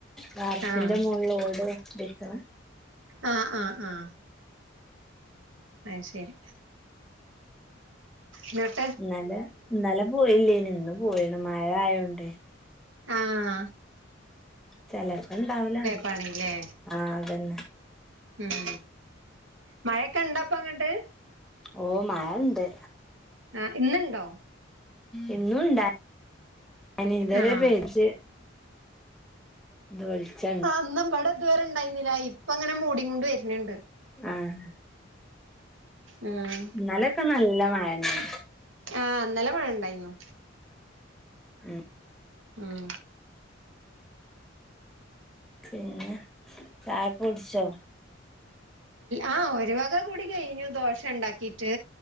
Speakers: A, in the centre; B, on the right (about 80°).
A: വാർപ്പിന്റെ
B: ആഹ്
A: മുകളിൽ ഓട് വെക്ക്ണ
B: ആഹ ആഹ ആഹ അയ് ശരി മ
A: ഇന്നലെ ഇന്നലെ പോയില്ലേ യിനു ഇന്ന് പോയിണ് മഴ ആയോ തോണ്ടെ
B: ആഹ
A: ചെലർക്ക് ഇണ്ടാവുല
B: പണില്ലേ
A: ആഹ അതന്നെ
B: ഉം മഴക്കെണ്ടാപ്പ ങ്ങട്ട്
A: ഓഹ മഴണ്ട്
B: ആ്ഹ് ഇന്നുണ്ടോ
A: ഇന്നും ഇണ്ടായി ഇതുവരെ
B: ആഹ്
A: പേച്ച് ഇപ്പ വെൾച്ച
B: ആ് ഹ ഇന്ന് വിടെ ഇതുവരെ ഇണ്ടായിുന്നില്ല ഇപ്പ ങ്ങനെ മൂടികൊണ്ട് വരുന്നിണ്ട്
A: ആഹ്
B: ഉം
A: ഇന്നലെക്കെ നല്ല മഴന്നെയിന്
B: ആഹ് ഇന്നലെ മഴ ണ്ടായിരുന്നു
A: ഉം
B: ഉം
A: പിന്നെ ചായൊക്കുട്ച്ചോ
B: ആഹ ഒരു വക കൂടി കഴിഞ്ഞു ദോശ ണ്ടാക്കിട്ട്